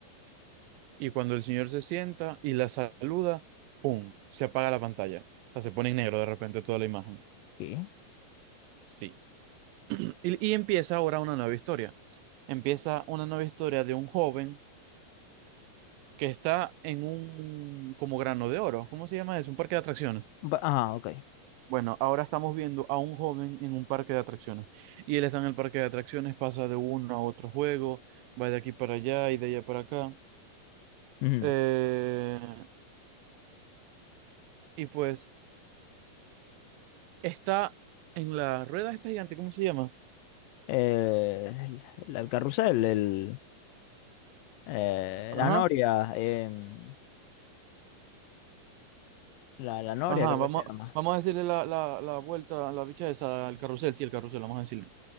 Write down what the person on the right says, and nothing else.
y cuando el señor se sienta y la saluda, ¡pum! Se apaga la pantalla. O sea, se pone en negro de repente toda la imagen.
Sí. Y, y empieza ahora una nueva historia. Empieza una nueva historia de un joven que está en un como grano de oro. ¿Cómo se llama eso? Un parque de atracciones.
Bueno, ahora estamos viendo a un joven en un parque de atracciones. Y él está en el parque de atracciones, pasa de uno a otro juego, va de aquí para allá y de allá para acá.
Eh, y pues está en la rueda esta gigante, ¿cómo se llama?
Ajá,
ajá,
vamos,
vamos a decirle la, la, la vuelta, la bicha esa, al carrusel, sí, el carrusel, vamos a decirle.